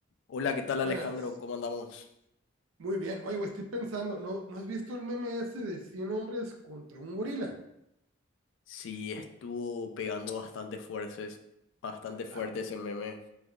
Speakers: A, on the left; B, on the right.
A: Hola, ¿qué tal Alejandro?
B: Buenas.
A: ¿Cómo andamos?
B: Muy bien. Oye, güey, estoy pensando, ¿no, ¿no has visto el meme ese de 100 hombres contra un gorila?
A: Sí, estuvo pegando bastante fuertes, bastante fuerte
B: Ah,
A: ese meme.